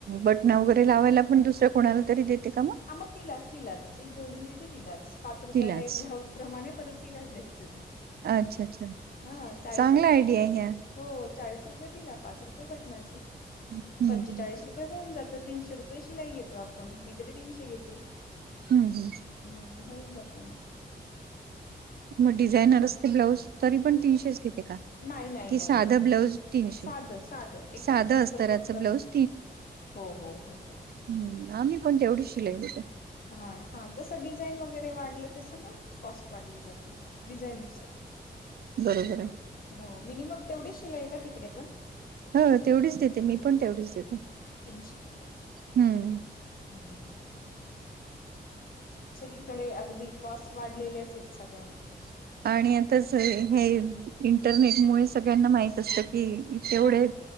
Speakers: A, on the right (about 65°); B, on the left (about 60°).
A: बटनं वगैरे लावायला पण दुसऱ्या कोणाला तरी देते का म?
B: आ मग तिलाच तिलाच जी जोडून देते तिलाच पाच रुपयाला
A: तिलाच
B: एक ब्लाऊज प्रमाणे परत तिलाच द्यायचं ते
A: अच्छा! अच्छा
B: हा चाळीस
A: चांगला
B: रुपये
A: आयडिया
B: शीव
A: आहे ह्या
B: हो चाळीस रुपये दिला पाच रुपये बटनाचे
A: हम्म
B: पंचेचाळीस
A: हम्म
B: रुपये होऊन जातं तीनशे रुपये शिलाई घेतो आपण मी तरी तीनशे घेते
A: हम् हम्
B: हम्म, होऊन जातं मं
A: मग डिझायनर असते, ब्लाउज तरी पण तीनशेच घेते का?
B: नाही नाही
A: कि
B: नाही
A: साधं
B: नाही
A: ब्लाऊज तीनशे.
B: साधं साधं एकदम
A: साधं
B: सिम्पल
A: अस्तराचं
B: फक्त असतं
A: ब्लाऊज
B: हो हो हो हो
A: हम् आम्ही पण तेवढीच शिलाई घेतो.
B: हा न हा जसं डिझाईन वगैरे वाढलं तसं मग कॉस्ट वाढली जाते. डिझाईन नुसार
A: बरोबरय
B: हो मिनिमम तेवढींच शिलाई का तिकडे पण?
A: हो तेवढीच देते, मी पण तेवढीच देते
B: तीनशे रुपय
A: हम्म
B: हं सगळीकडे अगदी कॉस्ट वाढलेल्याचयत सगळ्या गोष्टीच्या
A: आणि आताच हे इंटरनेटमुळे सगळ्यांना माहित असतं कि तेवढे
B: हो